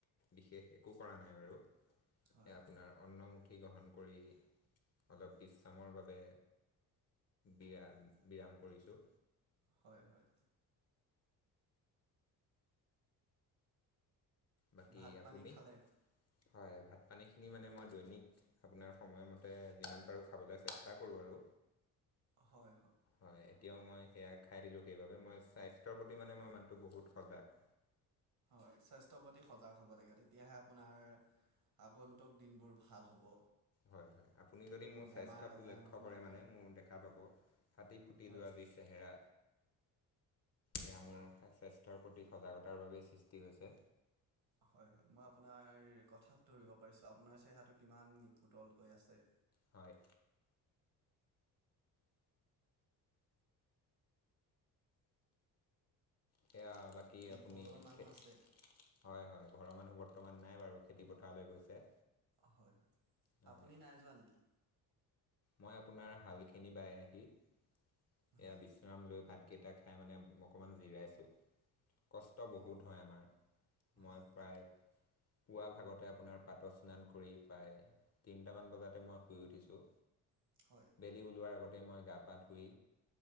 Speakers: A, on the left (about 35°); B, on the right (about 55°).
A: বিশেষ একো কৰা নাই বাৰু এ
B: হয়
A: আপোনাৰ অন্ন-। পুথি গ্ৰহণ কৰি অলপ বিশ্ৰামৰ বাবে। বিৰা বিৰাম কৰিছো।
B: হয়- হয়।
A: বাকী
B: ভাত -পানী
A: আপুনি
B: খালে?
A: হয়, ভাত পানীখিনি মানে মই দৈনিক আপোনাৰ সময়মতে যিমান পাৰোঁ খাবলৈ চেষ্টা কৰোঁ আৰু।
B: হয়।
A: হয় এতিয়াও মই সেয়া খাই দিলোঁ সেইবাবে মই স্বাস্থ্যৰ প্ৰতি মানে মই মানুহটো বহুত সজাগ।
B: হয় স্বাস্থ্যৰ প্ৰতি সজাগ হ'ব লাগে তেতিয়াহে আপোনাৰ আগন্তুক দিনবোৰ ভাল হ'ব।
A: হয়- হয় আপুনি যদি মোৰ
B: বেমাৰ
A: স্বাস্থ্যটো
B: আজাৰ
A: লক্ষ্য
B: নোহোৱাকৈ
A: কৰে মানে মোৰ দেখা পাব। ফাটি ফুটি
B: হয়
A: যোৱা
B: হয়
A: যি চেহেৰা। এয়া মোৰ
B: হয় হয়
A: স্বাস্থ্যৰ প্ৰতি সজাগতাৰ বাবেই সৃষ্টি হৈছে।
B: হয় -হয় মই আপোনাৰ কথাত ধৰিব পাৰিছো আপোনাৰ চেহেৰাটো কিমান নিপুতল হৈ আছে।
A: হয়। সেয়া বাকী আপুনি
B: ঘৰৰ মানুহ
A: খে--্
B: আছে
A: হয় -হয় ঘৰৰ মানুহ বৰ্তমান নাই বাৰু খেতি পথাৰলৈ গৈছে।
B: হয় হয়
A: হয়
B: আপুনি নাই যোৱা নেকি?
A: মই আপোনাৰ হালখিনি বাই আহি-। এয়া
B: হয়
A: বিশ্ৰাম লৈ ভাতকেইটা খাই মানে অকণমান জিৰাইছোঁ। কষ্ট
B: অঁ
A: বহুত হয় আমাৰ মই
B: হয়
A: প্ৰায়। পুৱা ভাগতে আপোনাৰ পাত স্নান কৰি প্ৰায় তিনিটামান বজাতে মই শুই উঠিছোঁ।
B: হয় হয়
A: বেলি ওলোৱাৰ আগতেই মই গা পা ধুই।